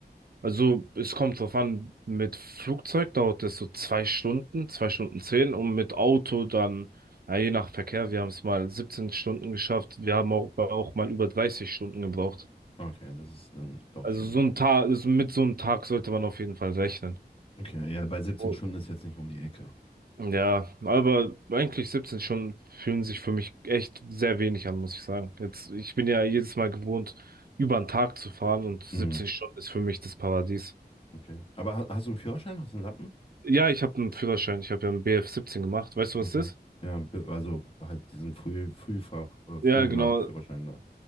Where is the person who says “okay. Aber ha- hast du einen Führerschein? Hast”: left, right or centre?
Left